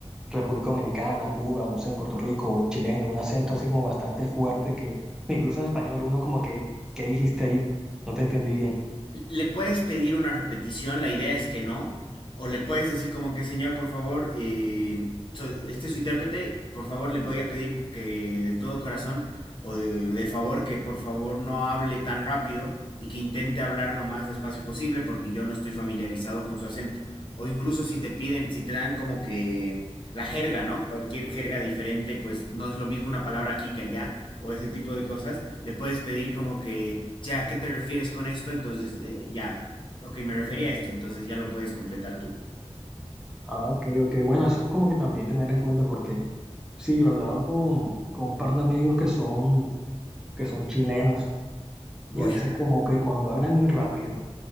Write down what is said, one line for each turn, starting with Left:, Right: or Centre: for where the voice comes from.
Centre: República Dominicana, Cuba, no sé, Puerto Rico, chileno, un acento así como bastante fuerte que incluso en español uno como que, ¿qué dijiste ahí? No te entendí bien.
Left: le puedes pedir una repetición, la idea es que no, o le puedes decir como que, señor, por favor, eh, so- este es su intérprete, por favor, le voy a pedir que de todo corazón o de, de favor que por favor no hable tan rápido y que intente hablar lo más despacio posible porque yo no estoy familiarizado con su acento. O incluso si te piden, si te dan como que la jerga, ¿no? Cualquier jerga diferente, pues no es lo mismo una palabra aquí que allá o ese tipo de cosas, le puedes pedir como que, ya, ¿a qué te refieres con esto? Entonces, eh, ya, ok, me refería a esto, entonces ya lo puedes completar tú.
Centre: Ah, ok, ok. Bueno, eso es como que también tener en cuenta porque sí, yo he hablado con, con un par de amigos que son, que son chilenos y
Left: Uy,
Centre: a veces como que cuando hablan muy rápido,